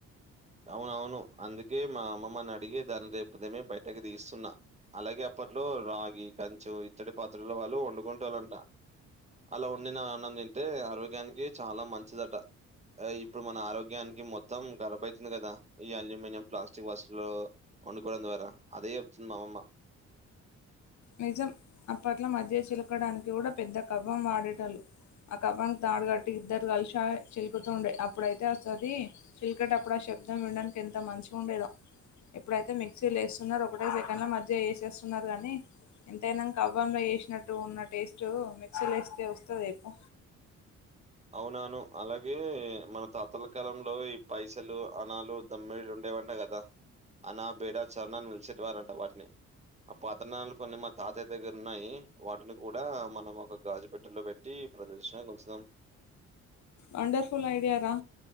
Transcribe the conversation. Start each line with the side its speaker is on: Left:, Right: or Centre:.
Right: అవునవును అందుకే మా అమ్మమ్మని అడిగే దాని రేపు ఉదమే బయటకి తీస్తున్నా అలాగే. అప్పట్లో రాగి కంచు ఇత్తడి పాత్రలో వాళ్ళు వండుకుంటారంట. అలా వండిన అన్నం తింటే ఆరోగ్యానికి చాలా మంచిదట. ఇప్పుడు మన ఆరోగ్యానికి మొత్తం ఖరాబైతు. అవుతున్నాయి కదా ఈ అల్యూమినియం ప్లాస్టిక్ వస్తుల్లో వండుకోవడం ద్వారా అదే చెప్తుంది మాఅమ్మమ్మ.
Left: నిజం అప్పట్లో మధ్య చిలకడానికి గుడా పెద్ద కవ్వం వాడే తలు ఆ కవ్వంకి తాడు క ఇద్దరు కలిసా చిలుకుతూ ఉండే అప్పుడైతే అది చిలికేటప్పుడు ఆ శబ్దం వినడానికి ఎంత మంచి గుండేదో ఇప్పుడైతే మిక్సీ లేస్తున్నారు ఒకటే సెకండ్ల మధ్య ఏసేస్తున్నారు గనీ ఎంతైనా కవ్వంల చేసినట్టు ఉన్న టేస్ట్ మిక్సీలో ఏస్తే వస్తద చెప్పు
Right: అవునాను అలాగే మన తాతల కాలంలో ఈ పైసలు అనాలు దమ్మిళ్ళలుండే లుండే కదా అనా బీడ చరణన్ పిలిచే వారంట వాటిని ఆ పతనాలు కొన్ని మా తాతయ్య దగ్గరున్నాయి వాటిని కూడా మనం ఒక గాజుపెట్టలో పెట్టి ఈ ప్రదర్శనే కొంచం
Left: వండర్ఫుల్ ఐడియారా